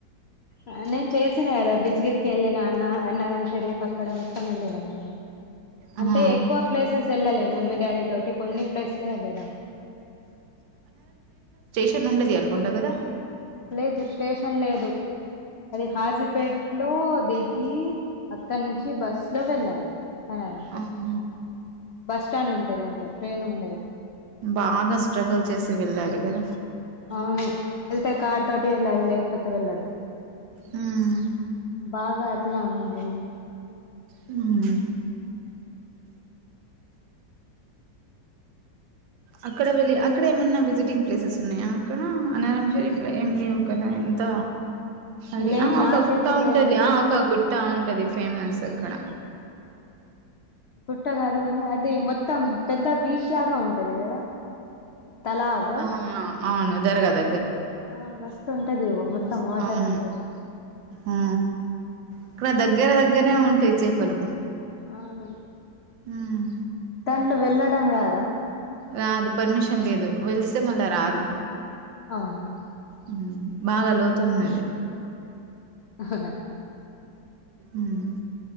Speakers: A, on the left (about 80°); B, on the right (about 80°).
A: ఆ నేను చేస్సేనే కదా బజ్గిరికి వెళ్ళిన అన్న అన్నార షరీఫ్ అక్కడ మెత్తం వెళ్ళిన నేను
B: ఆ
A: అంటే ఎక్కువ ప్లేసెస్ వెళ్ళలే మమ్మీ డాడీ తోటి కొన్ని ప్లేస్లే వెళ్ళినం
B: <unintelligible> ఉండదు ఇగ అనుకుంటా కదా
A: లేదు స్టేషన్ లేదు అది కాజీపేట లో దిగి అక్కడ నుంచి బస్ లో వెళ్ళాలి అన్నారం షరీఫ్
B: ఆహా
A: బస్ స్టాండ్ ఉంటది అంటే ట్రైన్ ఉండది
B: బాగా స్ట్రగుల్ చేసి వెళ్ళాలి <unintelligible>
A: అవును వెళ్తే కార్ తోటి వెళ్ళాలి లేకపోతే క వెళ్ళదు
B: హ్మ్
A: బాగా అట్లా ఉన్నదేమో
B: అవున అక్కడ వెళ్ళి అక్కడ ఏమన్నా విజిటింగ్ ప్లేసెస్ ఉన్నాయా అక్కడ అనరం షరీఫ్లో ఏం లేవు కదా ఎంత అది
A: నే
B: ఆ ఒక
A: నాకైతే
B: గుట్ట ఉంటది
A: తెలియదు
B: ఆ ఒక గుట్ట ఉంటది ఫేమస్ అక్కడ
A: గుట్ట కాదు కానీ అది మొత్తం పెద్ద బీచ్ లాగా ఉంటది కదా తలావా
B: ఆ అవును జరగదద్
A: ఆ మస్తు ఉంటది మొత్తం
B: ఎస్
A: వాటర్
B: అవును
A: ఉంటది
B: ఆ ఇక్కడ దగ్గర దగ్గరనే ఉంటాయి చేపలు
A: అవును
B: హ్మ్
A: దాంట్లో వెళ్ళడం రాదా
B: రాదు పర్మిషన్ లేదు వెళ్ళొస్తే మళ్ళా రారు
A: అవునా
B: హ్మ్ బాగా లోతు ఉన్నది
A: హవునండి
B: మ్మ్